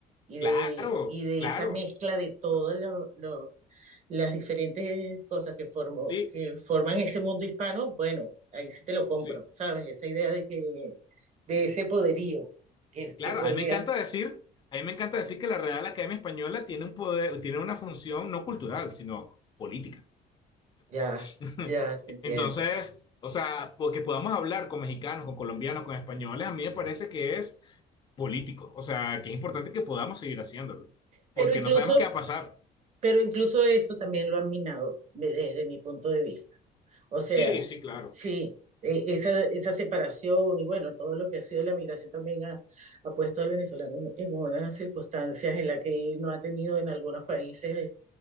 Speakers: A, on the right; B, on the left.
A: y de,
B: Claro,
A: y de
B: claro,
A: esa mezcla de todas lo- lo- las diferentes cosas que, formo
B: sí,
A: que forman ese mundo hispano, bueno, ahí sí te lo compro,
B: sí,
A: ¿sabes? Esa idea de que, de ese poderío que,
B: claro.
A: que podría,
B: A mí me encanta decir, a mí me encanta decir que la Real Academia Española tiene un poder, tiene una función no cultural, sino política.
A: ya,
B: <laughs>
A: ya te entiendo.
B: Entonces, o sea, porque podamos hablar con mexicanos, con colombianos, con españoles, a mí me parece que es político. O sea, que es importante que podamos seguir haciéndolo,
A: Pero
B: porque
A: incluso,
B: no sabemos qué va a pasar.
A: pero incluso eso también lo han minado me- desde mi punto de vista. O sea,
B: Sí, sí, claro.
A: sí, e- esa, esa separación y bueno, todo lo que ha sido la migración también ha, ha puesto al venezolano en, en unas circunstancias en las que no ha tenido en algunos países